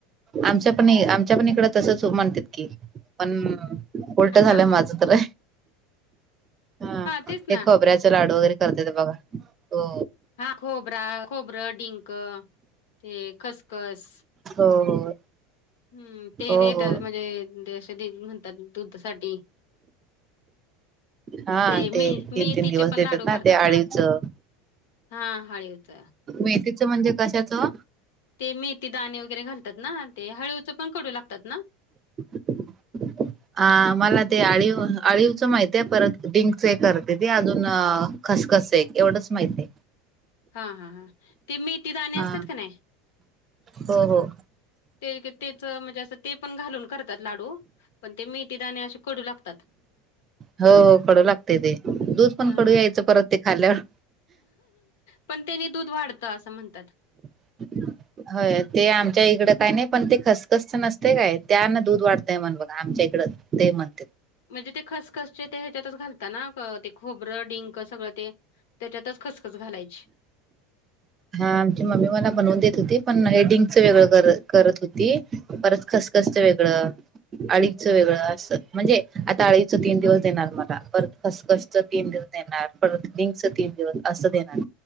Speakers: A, on the right; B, on the left.
A: आमच्या पण ई आमच्या पण इकडं तसच म्हणतात की पण उलट झालंय
B: हा
A: माझं तर हा
B: तेच
A: ते
B: ना
A: खोबऱ्याच लाडू वगैरे करतेत बघा हो.
B: हा खोबरा खोबरं डिंक ते खसखस.
A: हो हो.
B: हम्म ते
A: हो
B: देेतात
A: हो
B: म्हणजेे दे म्हणतात दुध साठी
A: हा
B: ते मी मेथीचे
A: तीन तीन दिवस
B: पण
A: देतात
B: लाडू करतात
A: ते आळीवचं
B: ना. हा हळीव च.
A: मेथीचं म्हणजे कशाचं.
B: ते मेथी दाणे वगैरे घालतात ना ते हळीवच पण कडू लागतात ना.
A: <unintelligible> अ मला ते अळीव अळीवच माहिती आहे परत डिंकच एक करत्यात अजून खसखस आहे एवढंच माहित आहे.
B: हा हा हा, ते मेथी दाणे
A: हा
B: असतात क नाही.
A: हो हो
B: ते क तेच म्हणजे असं ते पण घालून करतात लाडू, पण ते मेथी दाणे असे कडू लागत
A: हो कडू लागते ते, दूध पण
B: हा.
A: कडू यायचं परत ते खाल्ल्यावर.
B: पण त्यानी दूध वाढतं असं म्हणतात.
A: <inaudible> होय, ते आमच्या इकडं काय नाही पण ते खसखसचं नसतंय काय, त्यानं दूध वाढतंय म्हण बघा आमच्या इकडं. दे म्हणतेत.
B: म्हणजे ते खसखसचे ते ह्याच्यातच घालता ना, आ प ते खोबरं डिंक सगळं ते? तेच्यातच खसखस घालायची.
A: हा आमची मम्मी मला बनवून देत होती, पण हे डिंकचं वेगळं कर करत होती. परत खसखसचं वेगळं. अळीचं वेगळं असं, म्हणजे आता अळीचं तीन दिवस देणार मला परत खसखसचं तीन दिवस देणार परत डिंकचं तीन दिवस असं देणार.